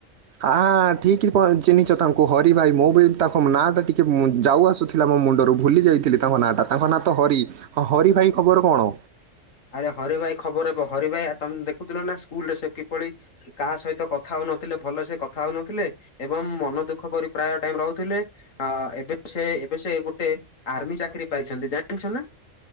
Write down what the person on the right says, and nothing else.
ହା ଠିକ୍ ପ ଚିହ୍ନିଛ ତାଙ୍କୁ ହରି ଭାଇ ମୁଁ ବି ତାଙ୍କ ନାଁ ଟା ଟିକେ ଯାଉ ଆସୁ ଥିଲା ମୋ ମୁଣ୍ଡରୁ ଭୁଲି ଯାଇଥିଲି ତାଙ୍କ ନାଁଟା, ତାଙ୍କ ନାଁ ତ ହରି ହଁ ହରି ଭାଇ ଖବର କଣ?